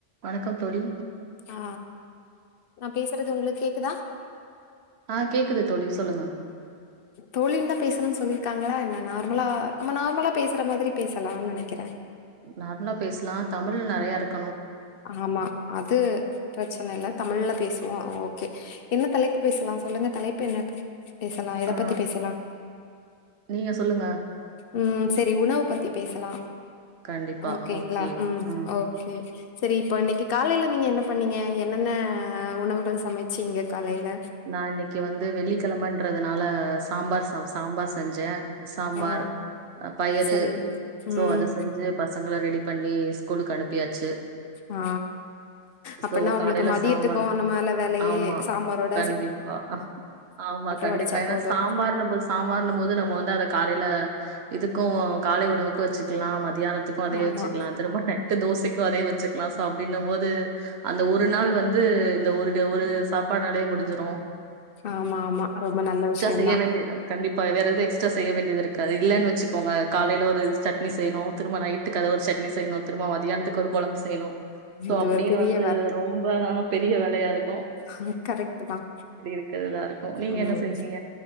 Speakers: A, on the right; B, on the left.
A: வணக்கம் தோழி
B: ஆ நா பேசுறது உங்களுக்கு கேக்குதா
A: ஆ கேக்குது தோழி சொல்லுங்க
B: தோழினா பேசணுன் சொல்லிருக்காங்களா என்ன நார்முலா நம்ம நார்மலா பேசுற மாதிரி பேசலான் நெனைக்கிற
A: நார்மலா பேஸ்லா தமிழ் நறையா இருக்
B: ஆமா அது பிரச்சன இல்ல தமிழ்ல பேசுவோ அ ஓ கே என்ன தலைப்பு பேசுலா சொல்லுங்க தலைப்பென்ன பேசலா எத
A: ஆ
B: பத்தி பேசலா
A: நீங்க சொல்லுங்க
B: உம் செரி உணவு பத்தி பேசலா
A: கண்டிப்பா
B: ஓகேங்ளா
A: ஓகே
B: உம்
A: ம்
B: ஓகே செரி இப்ப இன்னைக்கு காலேல நீங்க என்ன பண்ணீங்க என்னென்ன உணவுகள் சமச்சீங்க காலேல
A: நா இன்னைக்கு வந்து வெள்ளிக்கிழம றதுனால சாம்பார் சம் சாம்பார் செஞ்சே சாம்பார்
B: ஆ
A: அ பயிறு
B: சரி
A: சோ
B: ம்
A: அது செஞ்சு பஸ் பசங்கள ரெடி பண்ணி ஸ்கூலுக்கு அனுப்பியாச்சு
B: ஆ அப்புன்னா
A: சோ
B: உங்ளுக்கு
A: காலையில
B: மதியத்துக்கு
A: சாம்பார்
B: ஒன்னு மேல வேலையே
A: ஆமா
B: சாம்பாரோட்
A: கண்டிப்பா ஆமா கண்டிப்பா
B: வடிச்சா
A: ஏனா
B: போது
A: சாம்பார்ணு போது சாம்பார்னுமோது நம்மோ வந்து அத காலே இதுக்கும் காலை உணவுக்கூ வச்சுக்கலாம் மதி மத்தியானத்துக்கும் அதே
B: ஆமா
A: வச்சுக்கலாம் திரும்ப நெட்டு தோசைக்கு அதே வச்சுக்கலா சோ அப்டின்னும் போது அந்த ஒரு நாள் வந்து இந்த ஒரு ஒரு சாப்பாடு நெறய செஞ்சுரோ
B: ஆமா ஆமா ரொம்ப நல்ல விஷயோதான்
A: செய்ய வேண்டியது கண்டிப்பா. வேற எது எக்ஸ்ட்ரா செய்ய வேண்டியது இருக்காது இல்லன்னு வச்சுக்கோங்க காலைல ஒரு சட்னி சா செய்ணு திரும்ப நைட்டுக்குக்காக ஒரு சட்னி செய்யணு திரும்ப மத்தியானத்துக்கு ஒரு கொழம்பு செய்யணு சோ
B: இது
A: அப்டின்னு
B: ஒரு பெரிய
A: வந்து ரொம்ப ஆ பெரிய வேலையா இருக்
B: ஆ கரெக்ட்டு தான்
A: இருக்கறதா இருக்கும். நீங்க
B: உம்
A: என்ன செஞ்சீங்க?